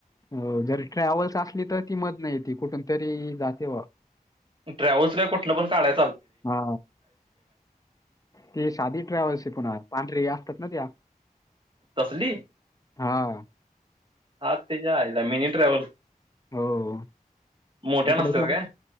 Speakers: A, on the left; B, on the right.
A: हो, जर ट्रॅव्हल्स आसली, तर ती मधन यती कुठून तरी जाते व
B: ट्रॅव्हल्स काय कुठन पण <unintelligible> चाल.
A: हा! ते साधी ट्रॅव्हल्स हे पुन्हा पांढरी असतात ना त्या.
B: तसली?
A: हा.
B: हा तेच्या आईला मिनी ट्रॅव्हल
A: हो हो
B: मोठ्या
A: इकड
B: नसतात
A: पण
B: काय